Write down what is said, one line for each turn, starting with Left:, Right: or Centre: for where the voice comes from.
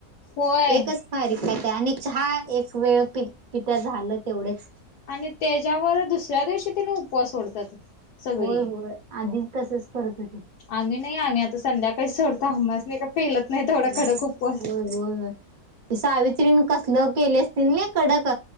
Left: होय
Right: एकच खरीक खात्या आणि चहा एक वेळ पि पित्या झालं तेवढेच
Left: आणि त्याच्यावर दुसऱ्या दिवशी त्याने उपवास सोडतात सगळी
Right: होय होय आधी तसंच करत होतीत
Left: आम्ही नाही आम्ही आता संध्याकाळी सोडतो आम्हासनी काय पेलत नाही
Right: होय
Left: तेवढा
Right: होय
Left: कडक उपवास
Right: होय होय ते सावित्रीन कसल केले असतील ना कडक